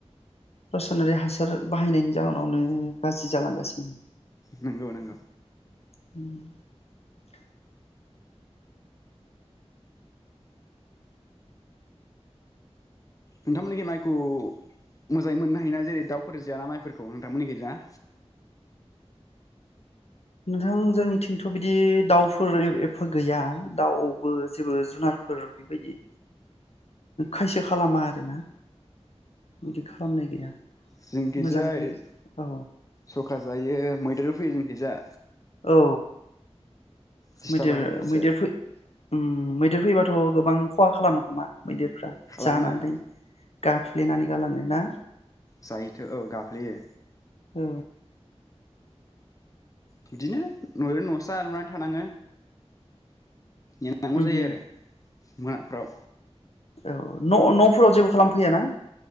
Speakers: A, on the left; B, on the left.
A: रासायनारि हासार बाहायनायनि जाहोनावनो गाज्रि जालांगासिनो।
B: नंगौ नंगौ
A: <inaudible>
B: नोंथांमोननिखि माइखौ मोजाङै मोननो हायोना जेरै दाउफोर जायाना माइफोरखौ नोंथांमोननिखि जा?
A: नोंथां जोंनिथिंथ' बिदि दाउफोर एफा गैया दाउबो जेबो जुनारफोर बेबायदि खायसो खालामा आरोना बिदि खालामनाय गैया।
B: जिंखिजाय
A: मोजाङैनो औ
B: सखा जायो मैदेर फैयो जोंखिजा
A: औ
B: दिस्टार्ब
A: मैदेर
B: आरो एसे
A: मैदेर फै ओम मैदेर फैबाथ' गोबां खहा खालामो खोमा? मैदेरफ्रा
B: खालामो
A: जानानै गाफ्लेनानै गालाङो ना?
B: जायोथो औ गाफ्लेयो
A: औ
B: बिदिनो नजों न'सा लुनानै थानाङो। नेनांगौ
A: उम
B: जायो आरो मोना फ्राव
A: औ न' न'फोराव जेबो खालामफैयाना?